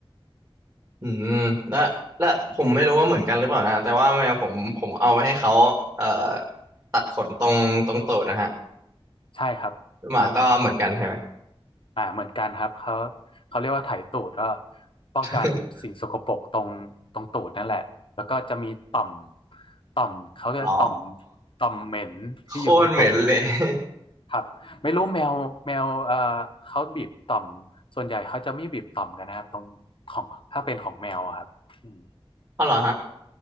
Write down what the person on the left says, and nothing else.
ๆเนี่ย
ใช่ครับมัน
อ่าเหมือนกันครับเขาเขาเรียกว่าไถตูดก็ป้องกันสิ่งสกปรกตรงตรงตูดนั่นแหละแล้วก็จะมีต่อม
ต่อมเขาเรียกว่าต่อม
ต่อมเหม็นที่อยู่ตรงตูด
ครับไม่รู้แมวแมวเอ่อเขาบีบต่อมส่วนใหญ่เขาจะไม่บีบต่อมกันนะครับตรงของถ้าเป็นของแมวอะครับอืม